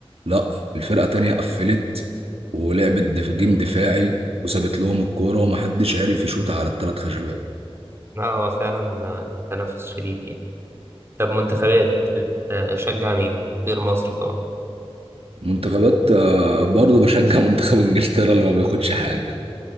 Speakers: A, on the right; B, on the right.
A: لا الفرقة تانية قفلت ولعبت دف- جيم دفاعي وسابت لهم الكورة ومحدش عارف يشوط على الثلاث خشبات
B: لا هو فعلا آه، تنافس شديد يعني طب منتخبات بتشجع مين؟ غير مصر طبعا
A: منتخبات آه، برضه بشجع <laughs> منتخب انجلترا اللي ما بياخدش حاجة